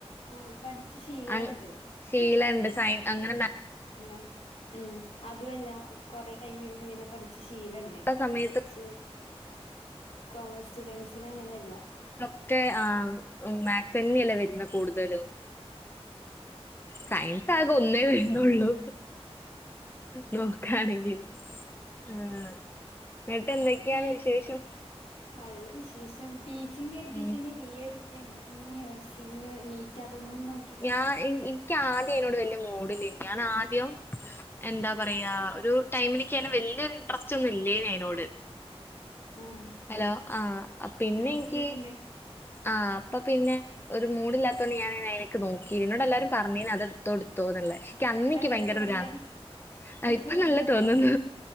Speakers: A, on the left; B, on the left.
A: ആഹ് പഠിച്ച് ശീലണ്ട്
B: അൻ ശീലണ്ട് സയൻ അങ്ങനെ മാ
A: ന്നേ ഉം അതുവല്ല കൊറെ ടൈം ഇരുന്ന് ഇങ്ങനെ പഠിച്ച് ശീലണ്ട് ണ്ട്
B: സമയത്ത്
A: പക്ഷെ കോമേസ് സ്റ്റുഡന്റ്സിനങ്ങനല്ല
B: ക്കെ ആഹ് മാക്സന്നെ അല്ലേ വരുന്നഹ് കൂട് തലും ഉം സയൻസാകെ
A: അതൊക്കെ
B: ഒന്നേ വെര്നൊള്ളൂ നോക്കാണെങ്കില് ആഹ് ന്നട്ടെന്തൊക്യാണ്
A: ടീ
B: വിശേഷം
A: നല്ല വിശേഷം ടീച്ചിങ് കെര്തീട്ടെന്നെ
B: ഉം
A: വി എ എട് ത്തേന്ന് പിന്നെ നഴ്സിംങ്ങ്, നീറ്റതൊന്നും നോ
B: ഞാ ഇൻ ഇക്യാദ്യം അയ്നോട് വല്യെ മൂഡില്ലേയ്നി ഞാനാദ്യം എന്താ
A: ഉം
B: പറയാ ഒരു ടൈമിലിക്കങ്ങനെ വെല്ല്യൊരു ഇൻട്രസ്റ്റ്ന്നും ഇല്ലേയ്നയ്നോട്
A: ആഹ്
B: ഹലോ ആഹ് പിന്നെഇൻക്ക്‌
A: ആഹ് കേക്കണ്ട്
B: ആഹ് അപ്പൊ പിന്നെ ഒരു മൂഡില്ലാത്തോണ്ട് ഞാനയ് <unintelligible> ക്ക് നോക്കിലാ ഇന്നോടെല്ലാരും പറഞ്ഞീന് അത്ട്ത്തോ ഇട്ത്തോന്ന്ള്ളെ ക്കന്ന്
A: ഇപ്പ
B: ഇൻക്ക്
A: എന്താ
B: ഭയങ്കരൊരു
A: തോന്നണേ
B: ഭ്രാന്ത് ആഹ് ഇപ്പൊ
A: തോന്നണ
B: നല്ലഹ്
A: എന്താ
B: തോന്നുന്നു